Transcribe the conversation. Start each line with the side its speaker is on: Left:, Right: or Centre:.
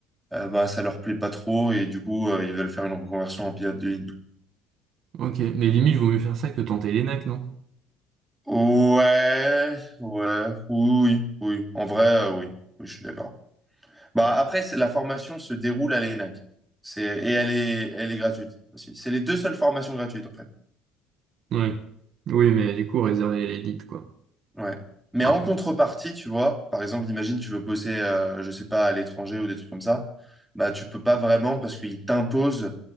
Centre: euh, bah, ça leur plaît pas trop et du coup, euh, ils veulent faire une reconversion en pilote de ligne.
Right: Ok, mais limite, vaut mieux faire ça que tenter l'ENAC, non?
Centre: Ouais, ouais, oui, oui. oui. En vrai, euh, oui. Oui, je suis d'accord. Bah, après, c'est- la formation se déroule à l'ENAC. C'est, et elle est, elle est gratuite aussi. C'est les deux seules formations gratuites, en
Right: Ouais. Oui, mais du coup, réservé à l'élite, quoi.
Centre: Ouais. Mais
Right: Ah.
Centre: en contrepartie, tu vois, par exemple, imagine tu veux bosser, euh, je sais pas, à l'étranger ou des trucs comme ça, bah tu peux pas vraiment parce qu'ils t'imposent,